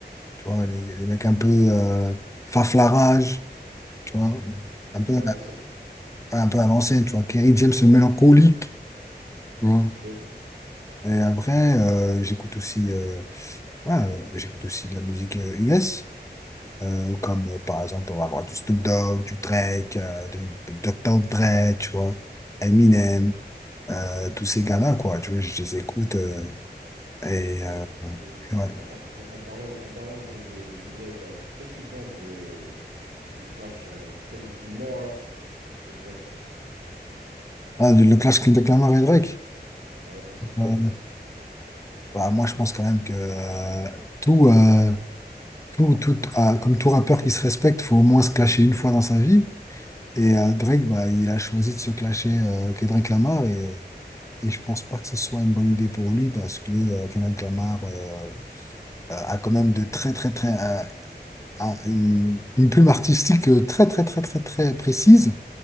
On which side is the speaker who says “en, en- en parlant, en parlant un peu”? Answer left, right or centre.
Right